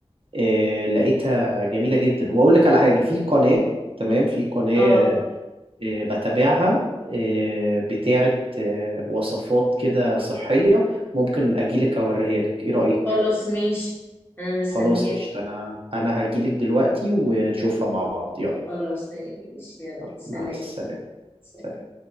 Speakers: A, on the right; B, on the left.
A: آه، لقيتها جميله جدا واقول لك على حاجه في قناه تمام في قناه
B: آه.
A: آه، بتابعها آه، بتاعه آه، وصفات كده صحيه ممكن اجيلك اوريها لك ايه رايك
B: خلاص ماشي انا مستنياك
A: خلاص قشطة أنا أنا هجيلك دلوقتي ونشوفها مع بعض يلا
B: خلاص ماشي يلا
A: يلا
B: سلام
A: مع السلامة
B: سلام
A: سلام.